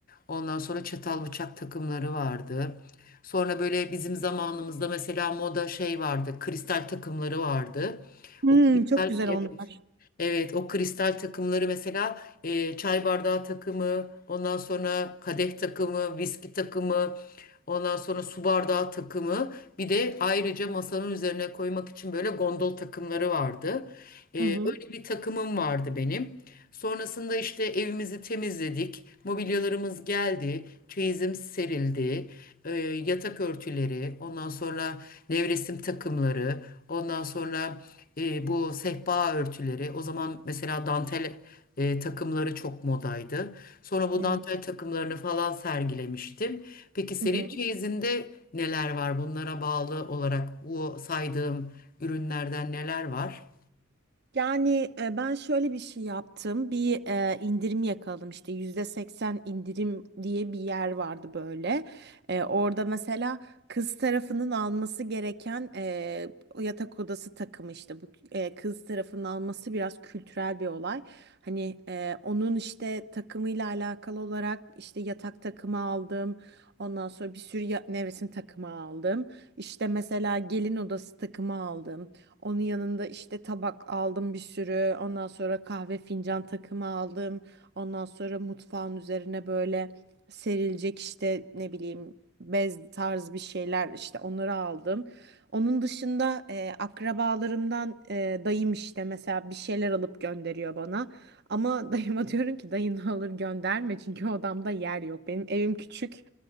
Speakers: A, on the left (about 45°); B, on the right (about 55°).
A: Ondan sonra çatal bıçak takımları vardı. Sonra böyle bizim zamanımızda mesela moda şey vardı. Kristal takımları vardı.
B: Hmm,
A: O kristal
B: çok güzel
A: evet.
B: onlar.
A: Evet, o kristal takımları mesela e, çay bardağı takımı, ondan sonra kadeh takımı, viski takımı, ondan sonra su bardağı takımı. Bir de ayrıca masanın üzerine koymak için böyle gondol takımları vardı. E, öyle
B: Hı hı.
A: bir takımım vardı benim. Sonrasında işte evimizi temizledik, mobilyalarımız geldi, çeyizim serildi e, yatak örtüleri, ondan sonra nevresim takımları, ondan sonra e, bu sehpa örtüleri. O zaman mesela dantel e, takımları çok modaydı. Sonra bu
B: Hı
A: dantel takımlarını falan sergilemiştim. Peki senin
B: hı.
A: çeyizinde neler var? Bunlara bağlı olarak bu saydığım ürünlerden neler var?
B: Yani e, ben şöyle bir şey yaptım. Bir e, indirim yakaladım işte yüzde seksen indirim diye bir yer vardı böyle. E, orada mesela kız tarafının alması gereken e, yatak odası takımı işte bu e, kız tarafının alması biraz kültürel bir olay. Hani e, onun işte takımıyla alakalı olarak işte yatak takımı aldım. Ondan sonra bir sürü ya- nevresim takımı aldım. İşte mesela gelin odası takımı aldım. Onun yanında işte tabak aldım bir sürü. Ondan sonra kahve fincan takımı aldım. Ondan sonra mutfağın üzerine böyle serilecek işte ne bileyim bez tarz bir şeyler işte onları aldım. Onun dışında e, akrabalarımdan e, dayım işte mesela bir şeyler alıp gönderiyor bana. Ama dayıma <laughs> diyorum ki dayını alır gönderme çünkü odamda yer yok. Benim evim küçük.